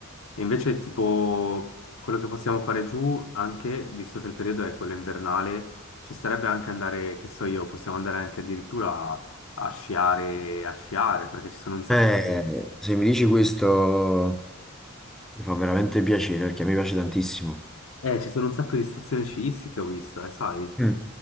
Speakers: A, on the left; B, in the centre.
A: e invece tipo quello che possiamo fare giù, anche visto che il periodo è quello invernale, ci starebbe anche andare, che so io, possiamo andare anche addirittura a, a sciare, a sciare, perché ci sono un sacco
B: Eh,
A: di,
B: se mi dici questo mi fa veramente piacere perché mi piace tantissimo.
A: eh, ci sono un sacco di stazioni sciistiche, ho visto, eh, sai?
B: Mm.